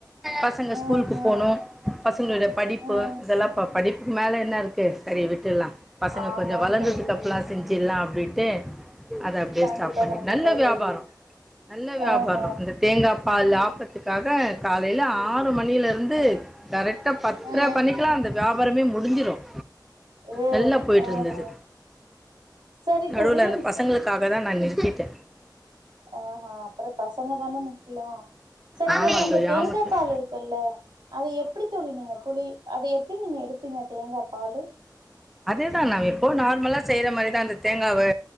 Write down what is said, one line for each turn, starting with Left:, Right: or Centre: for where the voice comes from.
Centre: பசங்க
Right: ம்
Centre: ஸ்கூலுக்கு
Right: ம்
Centre: போனும் பசங்களுடைய படிப்பு
Right: ம்
Centre: இதெல்லாம் பாக்கணும் மேல என்ன இருக்கு சரி விட்டுல்லாம் பசங்க
Right: ஆமா
Centre: கொஞ்சம் வளர்ந்ததுக்கு
Right: தோழி
Centre: அப்பல்லாம் செஞ்சு நான் அப்டின்டு அத அப்டியே
Right: கண்டிப்பா
Centre: ஸ்டாப் பண்ணி
Right: கண்டிப்பா
Centre: நல்ல வியாபாரம்
Right: தோழி
Centre: நல்ல வியாபாரம்
Right: ஆஹ
Centre: அந்த தேங்காய் பால் ஆப்பத்துக்காக காலையில ஆ ரு மணியில இருந்து கரெக்டா பத்திர
Right: ம்
Centre: பணிக்கெலாம் அந்த வியாபாரமே முடிஞ்சிரும்
Right: ஓ
Centre: நல்லா போய்ட்டு
Right: ஆஹ
Centre: இருந்தது
Right: சரி
Centre: நடுவுல
Right: தோழி
Centre: இந்த பசங்களுக்காக தான் நான் நிறுத்திட்டே
Right: ஆஹ்ஹ அப்புறம் பசங்க தானே முக்கியம் சரி
Centre: ஆமா
Right: தோழி இந்த தேங்காய்
Centre: ஆமா தோழி
Right: பால் இருக்குல்ல அதை எப்படி தோழி நீங்க புளி அதை எப்படி நீங்க எடு இருப்பீங்க தேங்காய் பால்
Centre: அதேதான் நான் எப்போ நார்மலா செய்யற மாதிரிதான் அந்த தேங்காவை